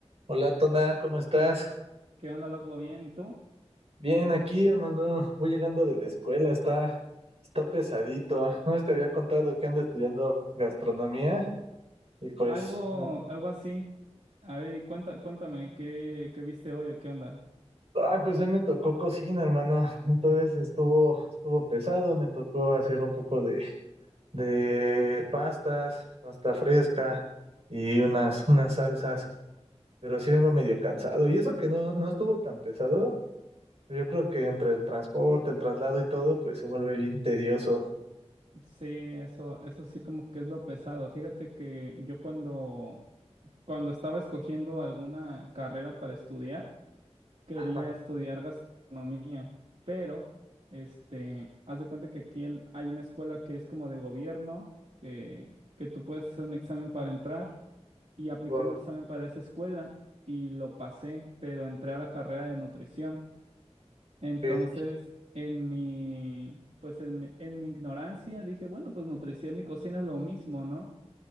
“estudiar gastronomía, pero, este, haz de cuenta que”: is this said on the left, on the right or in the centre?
Right